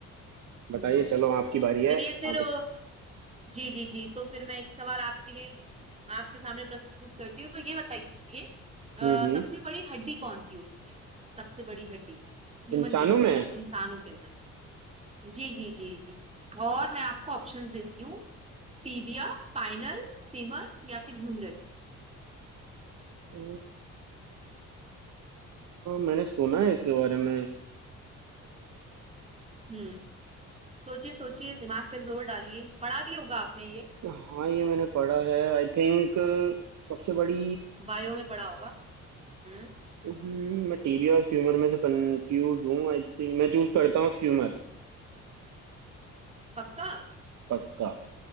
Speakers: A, on the right; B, on the right.
A: बताइए
B: हम्म
A: चलो आपकी बारी है
B: चलिए फिर
A: आप
B: अ,
A: बत...
B: जी जी जी तो फिर मैं एक सवाल आपके लिए आपके सामने प्रस्तुत करती हूँ तो ये बताइए अ,
A: हम्म हम्म
B: सबसे बड़ी हड्डी कौन सी होती है सबसे बड़ी हड्डी ह्यूमन
A: इंसानों
B: बींग
A: में
B: मतलब इंसानों के अंदर जी जी जी जी और मैं आपको ऑप्शंस देती हूँ टीबिया स्पाइनल फीमर या फिर ह्यूमरस
A: अ, मैंने सुना है इसके बारे में अ,
B: हम्म सोचिए सोचिए दिमाग पे जोर डालिए पढ़ा भी होगा आपने ये
A: हाँ ये मैंने पढ़ा है आई थिंक सबसे बड़ी
B: बायो में पढ़ा होगा हम्म
A: हम्म, मैं टीबी और फ्यूमर में से कंफ्यूज हूँ आई थिंक मैं चूज करता हूँ फ्यूमर
B: पक्का
A: पक्का